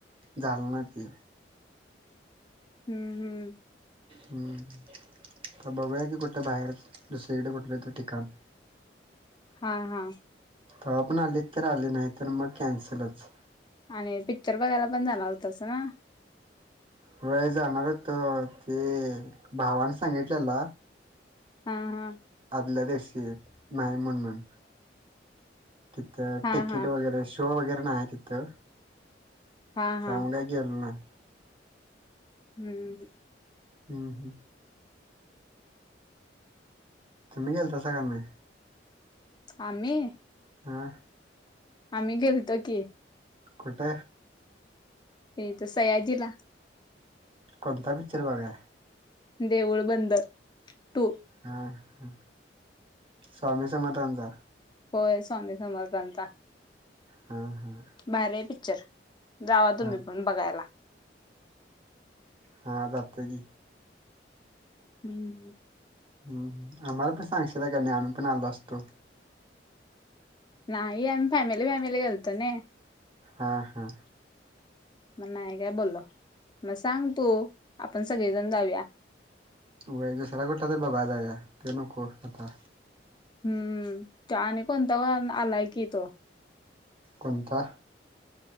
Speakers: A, on the right; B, on the left.
A: झाल ना ते.
B: हम्म हम्म.
A: हम्म. तर बघूया की कुठं बाहेर दुसरीकडे कुठलं तर ठिकाण.
B: हा हा.
A: तेव पण आले तर आले नाही तर मग कॅन्सलच.
B: आणि पिक्चर बघायला पण जाणार होतस ना.
A: व्हय जाणारच होतो ते भावाने सांगितलेल.
B: हा हा.
A: आदला दीशी नाही म्हण म्हून. तिथं
B: हा
A: टिकीट
B: हा हा
A: वगैरे शो वगैरे नाही आहे तिथं.
B: हा हा
A: त्यामुळे काय गेलं नाय.
B: हम्म.
A: हम्म हम्म. तर मी गेलतासा का नाय.
B: आम्ही.
A: हां.
B: आम्ही गेलतो की.
A: कुठ.
B: हे त सयाजीला.
A: कोणता पिक्चर बघाय.
B: देऊळ बंद. टू
A: हा ह स्वामी समर्थाचा.
B: होय स्वामी समर्थाचा.
A: हां हां
B: बारीये पिक्चर जावा तुम्ही
A: हां
B: पण बघायला.
A: हा जातते की.
B: हम्म.
A: हम्म आम्हाला पण सांगशील नाही आम्ही पण आलो असतो.
B: नाही आम्ही फॅमिली फॅमिली घालतो ना.
A: हा हा.
B: मग नाही काय बोलल म सांग तू आपण सगळेजण जाऊया.
A: व सारकोठा ते बघाय जा आहे तनक आता
B: हम्म आणि कोणता व आलाय की तो
A: कोणता